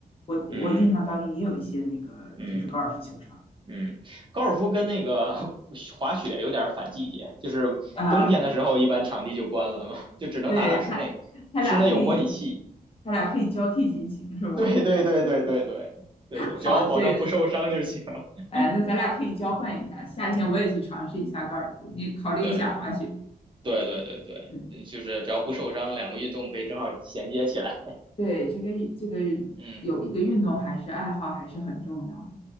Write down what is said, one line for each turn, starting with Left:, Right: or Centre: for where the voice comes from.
Left: 我我印象当中也有一些那个就是高尔夫球场
Right: 嗯嗯嗯，高尔夫跟那个 <laughs> 滑雪有点反季节，就是冬天的时候一般场地就关了嘛，
Left: 啊，
Right: 就只能打打室内，
Left: 对，它它俩可以
Right: 室内有模拟器。
Left: 它俩可以交替进行是吧？
Right: 对对对对对对对对，
Left: 好，
Right: 只要保证不受伤就行。
Left: 这个
Right: <laughs>
Left: 哎，那咱俩可以交换一下，夏天我也去尝试一下高尔夫，你考虑一下滑雪，
Right: 对对对对对，
Left: 嗯。
Right: 嗯就是只要不受伤，两个运动可以正好衔接起来。
Left: 对，这个这个
Right: <laughs> 嗯。
Left: 有一个运动还是爱好还是很重要